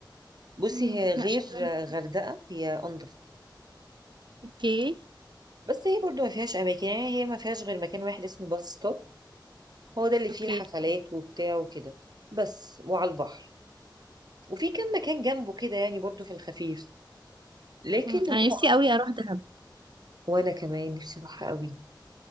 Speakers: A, on the right; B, on the right.
A: بصي
B: امم
A: هي غير
B: لا شكلها
A: آه، غردقة هي انضف
B: اوكي
A: بس هي برضو ما فيهاش اماكن يعني هي ما فيهاش غير مكان واحد اسمه باص ستوب هو ده اللي
B: اوكي
A: فيه الحفلات وبتاع وكده بس وعلى البحر وفي كم مكان جنبه كده يعني برضو في الخفيف لكن
B: مم.
A: هو
B: انا نفسي قوي اروح دهب
A: وانا كمان نفسي اروحها قوي